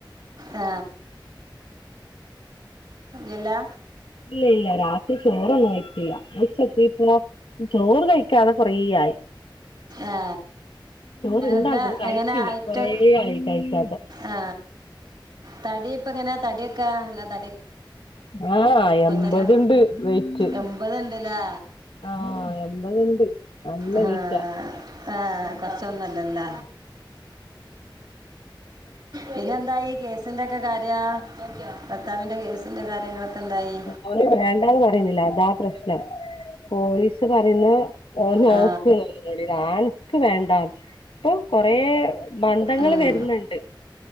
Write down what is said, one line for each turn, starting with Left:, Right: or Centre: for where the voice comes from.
Right: ആ എലാ
Left: ഇല്ലയില്ല രാത്രി ചോറൊന്നും ആയിട്ടില്ല ആട്ട ഇപ്പൊ ചോറ് കഴിക്കാതെ കൊറായായി
Right: ആ
Left: ചോറ് ഇണ്ടാക്കും
Right: ല്ല
Left: കഴിക്കില്ല
Right: എങ്ങനെ ഹൈറ്റ്
Left: കൊറേ ആയി കഴിക്കാതെ
Right: ആ തടിപ്പ എങ്ങനെ തടിയൊ <unintelligible>
Left: ആ എമ്പത്ണ്ട്
Right: തന്നെ
Left: വെയറ്റ്
Right: എൺപത് ഉണ്ടല്ലേ
Left: ആ എമ്പത്ണ്ട് നല്ല
Right: ആ
Left: വെയിറ്റാ
Right: ആ കൊറച്ചൊന്നുല്ലല്ല പിന്നെ എന്തായി ഗ്യസിന്റെ ഒക്കെ കാര്യ ഭർത്താവിന്റെ കേസിന്റെ കാര്യങ്ങളൊക്കെ എന്തായി
Left: അവര് വേണ്ടാന്ന് പറയുന്നില്ല അതാ പ്രശ്നം പോലീസ് പറയുന്ന ഓ നോക്കുന്നു
Right: ആ
Left: <unintelligible> വേണ്ടാ ഇപ്പൊ കൊറേബന്ധങ്ങൾ
Right: ഉം
Left: വരുന്നുണ്ട്